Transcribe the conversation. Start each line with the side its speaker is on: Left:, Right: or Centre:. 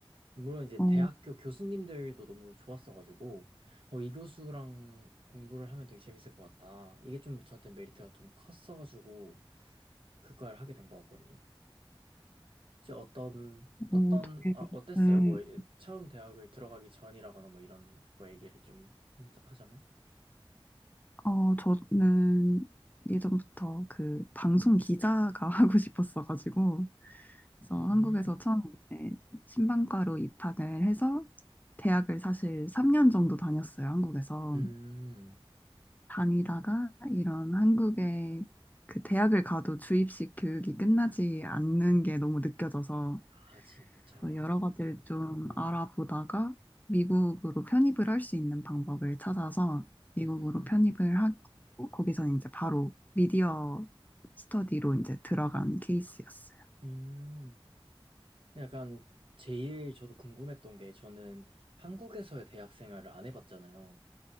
Right: 물론 이제
Left: 어,
Right: 대학교 교수님들도 너무 좋았어가지고 어, 이 교수랑 공부를 하면 되게 재밌을 것 같다. 이게 좀 저한테 메리트가 좀 컸어가지고 그를 하게 된 것 같거든요. 혹시 어떤
Left: 어,
Right: 어떤
Left: 되게,
Right: 아 어땠어요?
Left: 네.
Right: 뭐 이제 처음 대학을 들어가기 전이라거나 뭐 이런 거 얘기를 좀 한- 하자면
Left: 어, 저는 예전부터 그 방송 기자가 <laughs> 하고 싶었어가지고, 그래서
Right: 음,
Left: 한국에서 처음 이제 신방과로 입학을 해서 대학을 사실 3년 정도 다녔어요, 한국에서.
Right: 음,
Left: 다니다가 이런 한국의 그 대학을 가도 주입식 교육이 끝나지 않는 게 너무 느껴져서
Right: 아 진짜
Left: 또 여러 가지를 좀 알아보다가 미국으로 편입을 할 수 있는 방법을 찾아서 미국으로
Right: 음,
Left: 편입을 하고 거기서 이제 바로 미디어 스터디로 이제 들어간 케이스였어요.
Right: 음 약간 제일 저도 궁금했던 게 저는 한국에서의 대학 생활을 안 해봤잖아요.